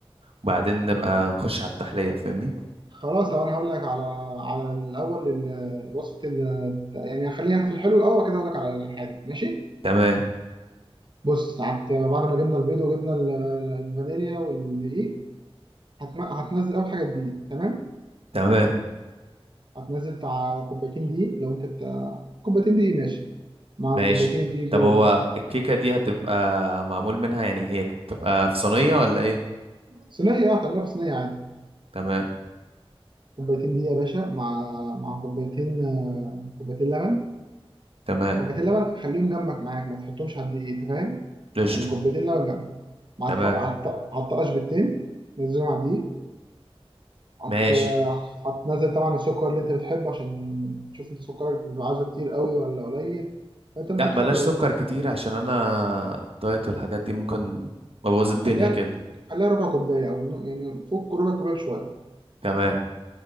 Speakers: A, on the right; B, on the right.
A: وبعدين نبقى نخش على التحليه فاهمني
B: خلاص لو انا هقول لك على على الاول ال- وصفه ال... يعني خلينا في الحلو الاول كده اقول لك على الحاجه ماشي
A: تمام
B: بص هت بعد ما جبنا البيض وجبنا ال- الفانيليا والدقيق هتن- هتنزل اول حاجه الدقيق تمام
A: تمام
B: هتنزل بتاع كوبايتين دقيق لو انت بتاع كوبايتين دقيق ماشي مع
A: ماشي
B: الكوبايتين الدقيق
A: طب
B: دول
A: هو
B: هت-
A: الكيكه دي هتبقى معمول منها يعني هي بتبقى في صينيه ولا ايه
B: صينيه اه هتعملها في صينيه عادي
A: تمام
B: كوبايتين دقيق يا باشا مع مع كوبايتين آه، كوبايتين لبن
A: تمام
B: كوبايتين لبن خليهم جنبك معاك ما تحطهمش على الدقيق انت فاهم
A: قشطه
B: يعني كوبايتين لبن جنبك مع
A: تمام
B: الف... على الط- على الطقاش بالتين نزلهم على الدقيق هت...
A: ماشي
B: هتنزل طبعا السكر اللي انت بتحبه عشان تشوف انت سكرك بيبقى عاوزه كتير قوي ولا قليل فانت ممكن
A: لا بلاش
B: تحط
A: سكر كتير عشان انا الدايت والحاجات دي ممكن ابوظ الدنيا
B: خليها
A: كده
B: خليها ربع كوبايه او نو- يعني فوق ربع كوبايه بشويه
A: تمام